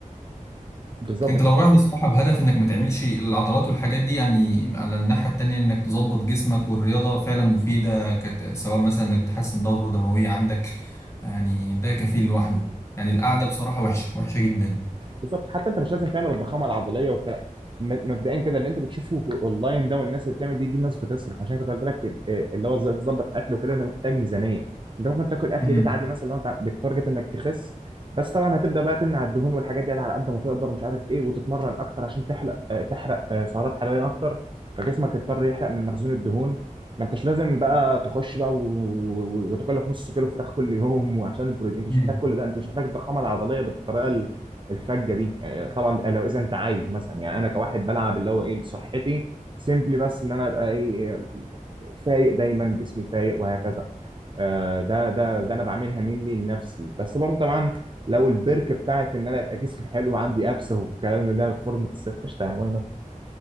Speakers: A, on the right; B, on the left.
A: بالظبط
B: انت
A: كده
B: لو رايح بصراحة بهدف انك ما تعملش العضلات والحاجات دي يعني على الناحية التانية انك تظبط جسمك والرياضة فعلا مفيدة كت... سواء مثلا انك بتحسن دورة دموية عندك يعني ده كفيل لوحده يعني القعدة بصراحة وحشة وحشة جدا
A: بالظبط حتى انت مش لازم تعمل الضخامه العضليه والكلام م- مبدئيا كده اللي انت بتشوفه في اونلاين ده والناس اللي بتعمل دي دي الناس بتصرف عشان كنت قلت لك آه، اللي هو ازاي تظبط اكل وكده ده محتاج ميزانيه انت ممكن تاكل اكل
B: امم
A: بيت عادي مثلا لو انت بالتارجت انك تخس بس طبعا هتبدا بقى تمنع الدهون والحاجات دي على قد ما تقدر مش عارف ايه وتتمرن اكتر عشان تحرق آه، تحرق آه، سعرات حراريه اكتر فجسمك يضطر يحرق من مخزون الدهون ما انتش لازم بقى تخش بقى و- و- و- وتاكل لك نص كيلو فراخ كل يوم وعشان البروتين انت مش
B: امم
A: محتاج كل ده انت مش محتاج الضخامه العضليه بالطريقه الفجه دي آه، طبعا آه، لو اذا انت عايز مثلا يعني انا كواحد بلعب اللي هو ايه لصحتي سيمبلي بس ان انا ابقى ايه فايق دايما جسمي فايق وهكذا آه، ده ده ده انا بعملها مني لنفسي بس برضه طبعا لو البرك بتاعت ان انا ابقى جسمي حلو وعندي ابس والكلام من ده في فورمه الصيف قشطه يعني واي نوت